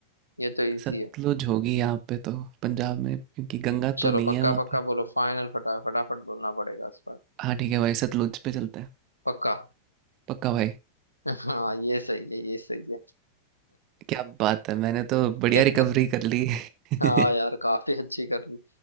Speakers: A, on the left; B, on the right.
A: ये तो इजी
B: सतलुज
A: है
B: होगी यहाँ पे तो पंजाब में क्योंकि गंगा
A: चलो
B: तो नहीं
A: पक्का
B: है वहाँ
A: पक्का
B: पे
A: बोलो फाइनल फटा फटाफट बोलना पड़ेगा इस बार
B: हाँ ठीक है भाई सतलुज पे चलते हैं
A: पक्का
B: पक्का भाई
A: <laughs> हाँ ये सही है ये सही है
B: क्या बात है मैंने तो बढ़िया
A: <laughs>
B: रिकवरी कर ली <laughs>
A: हाँ यार काफी अच्छी कर ली